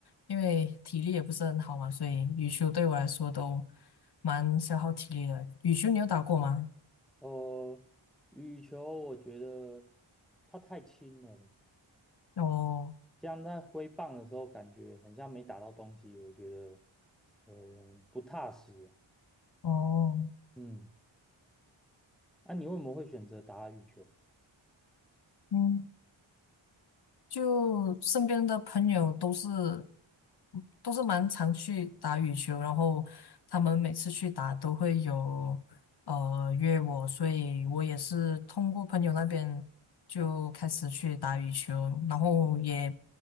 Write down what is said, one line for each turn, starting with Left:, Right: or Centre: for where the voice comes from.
Left: 因为体力也不是很好嘛，所以羽球对我来说都蛮消耗体力的。羽球你有打过吗？
Centre: 呃，羽球我觉得它太轻了，
Left: 哦
Centre: 这样在挥棒的时候，感觉很像没打到东西，我觉得呃不踏实啊
Left: 哦，
Centre: 嗯，那、你为什么会选择打羽球？
Left: 嗯。就身边的朋友都是都是蛮常去打羽球，然后他们每次去打都会有呃约我，所以我也是通过朋友那边就开始去打羽球，然后也